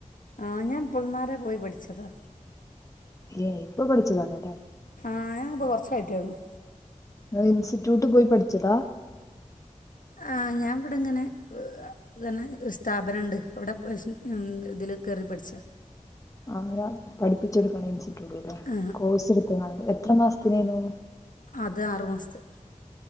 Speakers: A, on the left; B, on the left.
A: ആഹ ഞാൻ ഇപ്പൾനാരേ പോയി പഠിച്ചതാ
B: ഏ ഇപ്പൊ പഠിച്ചുതണ്
A: ആ ഞാൻപ്പൊ കുറച്ചായിട്ടേയുള്ളും
B: ഇൻസ്റ്റിറ്റ്യൂട്ട് പോയി പഠിച്ചതാ
A: ആ് ഞാൻ ഇവിടെ ഇങ്ങനെ അന്നെ സ്ഥാപനണ്ട് അവിടെ ഇതില് കേറി പഠിച്ച
B: അവര പഠിപ്പിച്ചടുക്കണ് ഇൻസ്റ്റിറ്റ്യൂട്ട് അല്ലേ
A: ആ
B: കോഴ്സ് എടുത്ത് എത്ര മാസത്തിനേനു
A: അത് ആറുമാസത്തെ